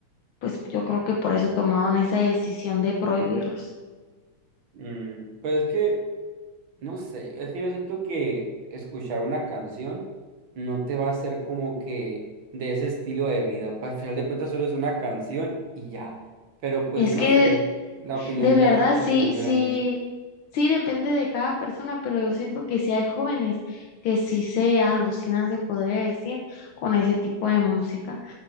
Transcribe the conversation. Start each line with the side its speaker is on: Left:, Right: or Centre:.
Left: pues yo creo que por eso tomaron esa decisión de prohibirlos.
Right: Mm, pues es que, no sé, es que yo siento que escuchar una canción no te va a hacer como que de ese estilo de vida, pues al final de cuentas solo es una canción y ya, pero pues
Left: Es
Right: no
Left: que
Right: sé, la opinión
Left: De verdad,
Right: ya depende
Left: sí, sí,
Right: de mucho.
Left: sí depende de cada persona, pero yo siento que sí hay jóvenes que sí se alucinan, se podría decir, con ese tipo de música.